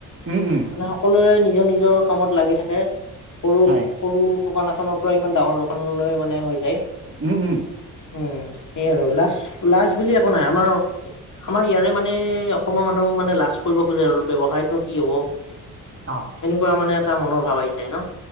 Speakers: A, on the right; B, on the left.
A: উম উম
B: সকলোৱে নিজৰ নিজৰ কামত লাগি থাকে সৰু
A: হয়
B: সৰু দোকান এখনৰ পৰা ইমান ডাঙৰ দোকানলৈ মানে হৈ যায়
A: উম উম
B: উম সেই আৰু লাজ লাজ বুলি একো নাই আমাৰ আমাৰ ইয়াৰে মানে অসমৰ মানুহ মানে লাজ কৰিব খোজে আৰু ব্যৱসায়নো কি হব?
A: অ
B: এনেকুৱা মানে এটা মনৰ ভাৱ আহি যায় ন